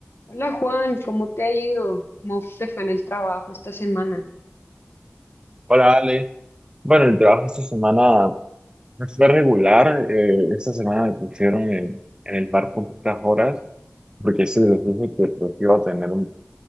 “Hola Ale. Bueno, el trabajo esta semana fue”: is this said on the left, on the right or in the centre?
Right